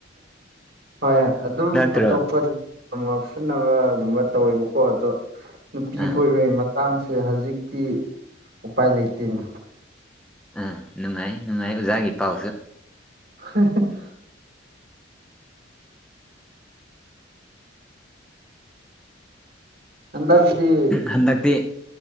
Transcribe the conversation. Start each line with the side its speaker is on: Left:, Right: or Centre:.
Right: ꯍꯣꯏ ꯑꯗꯨꯝ
Centre: ꯅꯠꯇ꯭ꯔꯣ
Right: ꯑꯇꯣꯞꯄꯗꯤ ꯌꯥꯝ ꯉꯞꯁꯟꯅꯕꯒꯨꯝꯕ ꯇꯧꯋꯦꯕꯀꯣ ꯑꯗꯣ ꯅꯨꯄꯤ
Centre: ꯑꯥ
Right: ꯀꯣꯏꯕꯒꯤ ꯍꯛꯆꯥꯡꯁꯦ ꯍꯧꯖꯤꯛꯇꯤ ꯎꯄꯥꯏ ꯂꯩꯇꯦꯅꯦ
Centre: ꯎꯝ ꯅꯨꯡꯉꯥꯏ ꯅꯨꯡꯉꯥꯏ ꯑꯣꯖꯥꯒꯤ ꯄꯥꯎꯁꯨ
Right: ꯍ <unintelligible> ꯍꯟꯗꯛꯇꯤ
Centre: ꯍꯟꯗꯛꯇꯤ